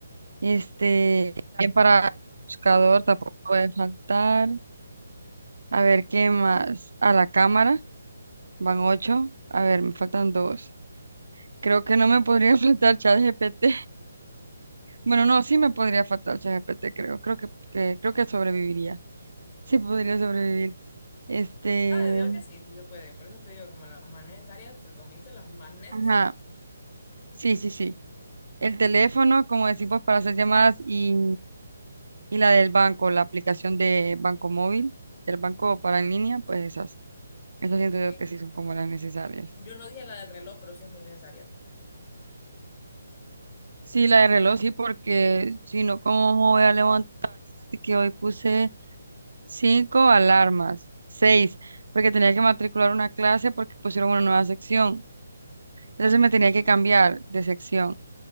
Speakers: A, on the right (about 85°); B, on the left (about 30°).
A: Este, también para el buscador tampoco puede faltar. A ver, ¿qué más? A la cámara, van ocho. A ver, me faltan dos. Creo que no me podría <laughs> faltar ChatGPT. Bueno, no, sí me podría faltar ChatGPT, creo. Creo que, que- creo que sobreviviría. Sí podría sobrevivir. Este,
B: No, yo digo que sí, sí se puede. Por eso te digo como las más necesarias, porque me hice las más necesarias.
A: ajá, sí, sí, sí. El teléfono, como decimos, para hacer llamadas y, y la del banco, la aplicación de banco móvil, del banco para
B: Ajá.
A: en línea, pues esas. Esas siento yo
B: Eh,
A: que sí son como las necesarias.
B: yo no dije la del reloj, pero sí es muy necesaria.
A: Sí, la de reloj, sí, porque si no, ¿cómo me voy a levantar? Que hoy puse cinco alarmas, seis, porque tenía que matricular una clase porque pusieron una nueva sección. Entonces me tenía que cambiar de sección